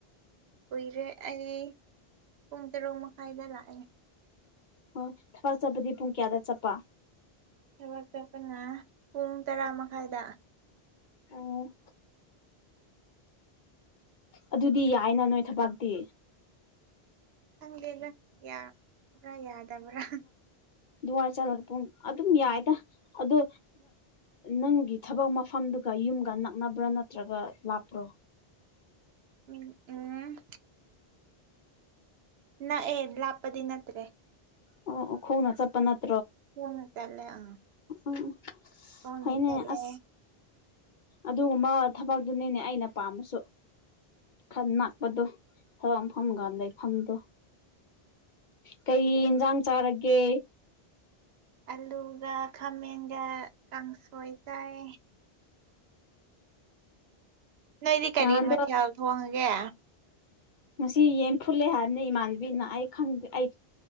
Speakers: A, on the right; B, on the left.
A: ꯀꯨꯏꯔꯦ ꯑꯩ ꯄꯨꯡ ꯇꯔꯨꯛ ꯃꯈꯥꯏꯗ ꯂꯥꯛꯑꯦ
B: ꯑꯣ ꯊꯥ ꯆꯠꯄꯗꯤ ꯄꯨꯡ ꯀꯌꯥꯗ ꯆꯠꯄ
A: ꯊꯕꯛ ꯆꯠꯄꯅ ꯄꯨꯡ ꯇꯔꯥ ꯃꯈꯥꯏꯗ
B: ꯑꯣ ꯑꯗꯨꯗꯤ ꯌꯥꯏꯅ ꯅꯣꯏ ꯊꯕꯛꯇꯤ
A: ꯈꯪꯗꯦꯗ ꯌꯥꯕ꯭ꯔꯥ ꯌꯥꯗꯕ꯭ꯔꯥ
B: ꯑꯗꯨꯃꯥꯏꯅ ꯆꯠꯂꯒ ꯄ ꯑꯗꯨꯝ ꯌꯥꯏꯗ ꯑꯗꯣ ꯅꯪꯒꯤ ꯊꯕꯛ ꯃꯐꯝꯗꯨꯒ ꯌꯨꯝꯒ ꯅꯛꯅꯕ꯭ꯔꯥ ꯅꯠꯇ꯭ꯔꯒ ꯂꯥꯞꯄ꯭ꯔꯣ
A: ꯎꯝ ꯎꯝ ꯅ ꯑꯦ ꯂꯥꯞꯄꯗꯤ ꯅꯠꯇ꯭ꯔꯦ
B: ꯑꯣ ꯑꯣ ꯈꯣꯡꯅ ꯆꯠꯄꯅꯠꯇ
A: ꯍꯅ ꯇꯂꯦꯉ
B: ꯎꯝ
A: ꯀꯅ
B: ꯐꯩꯅꯦ
A: ꯇꯂꯦ
B: ꯑꯁ ꯑꯗꯨꯒꯨꯝꯕ ꯊꯕꯛꯇꯨꯅꯤꯅꯦ ꯑꯩꯅ ꯄꯥꯝꯃꯁꯨ ꯈꯟ ꯉꯥꯛꯄꯗꯣ ꯊꯋꯥꯛ ꯐꯐꯝꯒꯥꯟ ꯂꯩꯐꯝꯗ ꯀꯩ ꯏꯟꯖꯥꯝ ꯆꯔꯛꯒꯦ
A: ꯑꯂꯨꯒ ꯈꯥꯃꯦꯟꯒ ꯀꯥꯡꯁꯣꯏ ꯆꯥꯏ ꯅꯣꯏꯗꯤ ꯀꯔꯤ
B: ꯅꯍꯥꯟꯗꯣ
A: ꯃꯊꯦꯜ ꯊꯣꯡꯉꯒꯦ
B: ꯉꯁꯤ ꯌꯦꯟ ꯐꯨꯠꯂꯦ ꯍꯥꯏꯕꯅꯤ ꯏꯃꯥꯟꯅꯕꯤꯅ ꯑꯩ ꯈꯪꯗꯦ ꯑꯩ